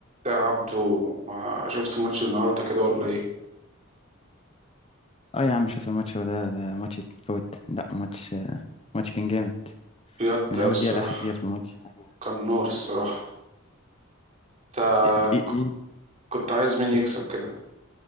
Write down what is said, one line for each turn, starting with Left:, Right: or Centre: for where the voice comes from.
Right: يا عبدو ما شفت ماتش النهارده كده ولا ايه
Left: اه يا عم شوف الماتش هو ده ده ماتش يتفوت لا ماتش ماتش كان جامد
Right: بجد
Left: من
Right: الصراحه
Left: اول دقيقه لاخر دقيقه في الماتش حاجه
Right: كان نار الصراحه انت
Left: ايه ايه
Right: ك-
Left: إيه؟
Right: كنت عايز مين يكسب
Left: قول
Right: كده